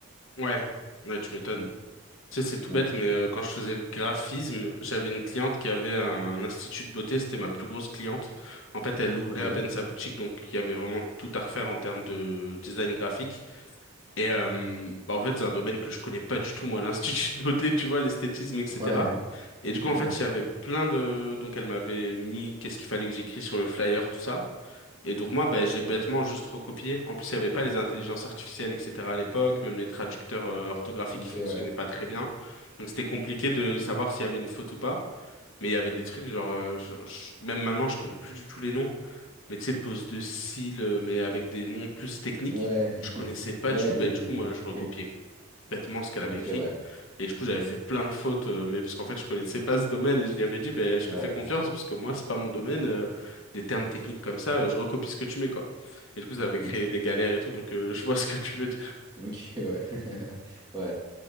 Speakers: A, on the left; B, on the right.
A: Ouais, ouais, tu m'étonnes.
B: Mm.
A: Tu sais, c'est tout
B: Ouais.
A: bête, mais euh, quand je faisais le graphisme, j'avais une cliente qui avait un institut de beauté, c'était ma plus grosse cliente. En fait, elle ouvrait
B: Ok.
A: à peine sa boutique, donc il y avait vraiment tout à refaire en termes de design graphique. Et euh, bah, en fait, c'est un domaine que je connais pas du tout, moi, <laughs> l'institut de beauté, tu vois, l'esthétisme, etc.
B: Ouais.
A: Et du coup,
B: <laughs>
A: en fait, il y avait plein de... Donc, elle m'avait mis qu'est-ce qu'il fallait que j'écris sur le flyer, tout ça. Et donc moi, ben, j'ai bêtement juste recopié. En plus, il n'y avait pas les intelligences artificielles, etc. à l'époque, même les traducteurs euh, orthographiques
B: Ok,
A: qui fonctionnaient
B: ouais.
A: pas très bien. Donc c'était compliqué de savoir s'il y avait une faute ou pas. Mais il y avait des trucs, genre, euh, je- je- même maintenant, je connais plus du tout les noms. Mais tu sais, pose de cils, euh, mais avec des noms plus techniques,
B: Ouais,
A: où je connaissais
B: <laughs>
A: pas
B: ouais,
A: du tout.
B: des,
A: Ben,
B: des...
A: du coup, moi, je
B: Ok,
A: recopiais bêtement ce qu'elle
B: ok,
A: avait écrit.
B: ouais.
A: Et du coup, j'avais
B: Mm.
A: fait plein de fautes, euh, mais parce qu'en fait, je connaissais pas ce domaine et je lui avais dit, ben, je
B: Ouais,
A: te fais confiance parce que moi, c'est pas mon domaine. euh, les termes techniques comme ça, euh, je recopie ce que tu mets, quoi. Et du coup, ça avait créé
B: Mm.
A: des galères et tout, donc euh, <laughs> je vois ce que tu veux dire.
B: ok, ouais. <laughs> Ouais,